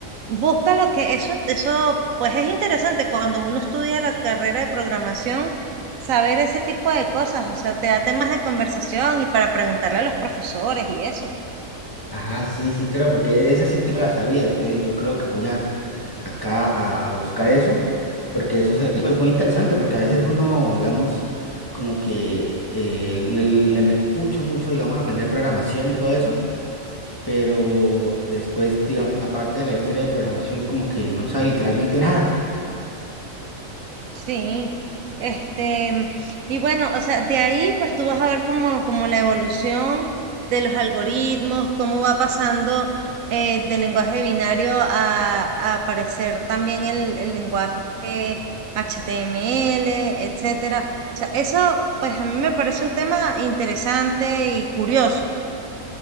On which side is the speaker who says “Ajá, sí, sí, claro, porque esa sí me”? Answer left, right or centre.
Left